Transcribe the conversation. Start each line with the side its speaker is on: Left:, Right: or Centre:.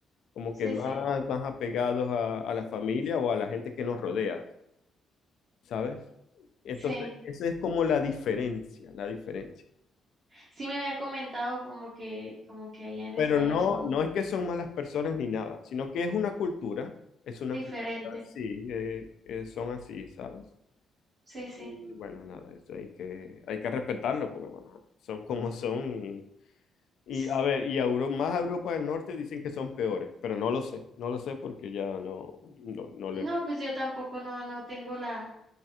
Left: como
Right: Sí,
Left: que más,
Right: sí,
Left: más apegados a, a la familia o a la gente que nos rodea, ¿sabes? Entonces,
Right: sí.
Left: esa es como la diferencia, la diferencia.
Right: Sí me habían comentado como que, como que allá en
Left: Pero
Right: España
Left: no,
Right: son
Left: no es que son malas personas ni nada, sino que es una cultura, es una
Right: diferentes.
Left: cultura, sí, eh, eh, son así, ¿sabes?
Right: Sí,
Left: Y
Right: sí.
Left: bueno, nada, eso hay que, hay que respetarlo porque, bueno, son como son y, y,
Right: S-
Left: a ver, y a Euro- más a Europa del Norte dicen que son peores, pero no lo sé, no lo sé porque ya no, no, no
Right: No,
Left: lo he visto.
Right: pues yo tampoco no, no tengo la